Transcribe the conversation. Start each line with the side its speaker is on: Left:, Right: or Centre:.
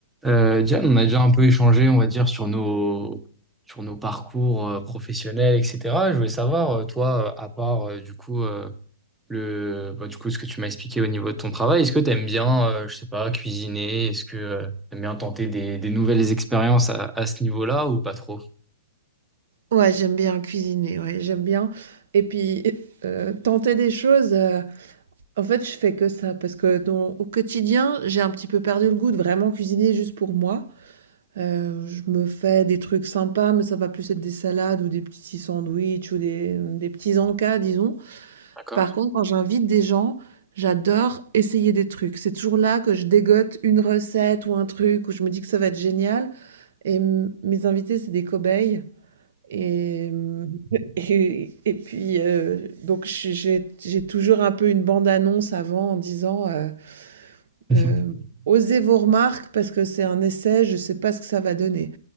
Centre: Euh, Diane, on a déjà un peu échangé, on va dire, sur nos, sur nos parcours euh, professionnels, etc. Je voulais savoir, euh, toi, euh, à part euh, du coup, euh, le, bah, du coup, ce que tu m'as expliqué au niveau de ton travail, est-ce que tu aimes bien, euh, je sais pas, cuisiner? Est-ce que tu aimes bien tenter des, des nouvelles expériences à, à ce niveau-là ou pas trop?
Right: Ouais, j'aime bien cuisiner, ouais, j'aime bien. Et puis, euh, tenter des choses, euh, en fait, je fais que ça, parce que dans- au quotidien, j'ai un petit peu perdu le goût de vraiment cuisiner juste pour moi. Euh, je me fais des trucs sympas, mais ça va plus être des salades ou des petits sandwichs ou des, des petits encas, disons.
Centre: D'accord.
Right: Par contre, quand j'invite des gens, j'adore essayer des trucs. C'est toujours là que je dégote une recette ou un truc où je me dis que ça va être génial. Et m- mes invités, c'est des cobayes. Et <laughs> et et puis, heu, donc je j'ai j'ai toujours un peu une bande-annonce avant en disant, heu,
Centre: <laughs>
Right: hem: «Osez vos remarques parce que c'est un essai, je ne sais pas ce que ça va donner».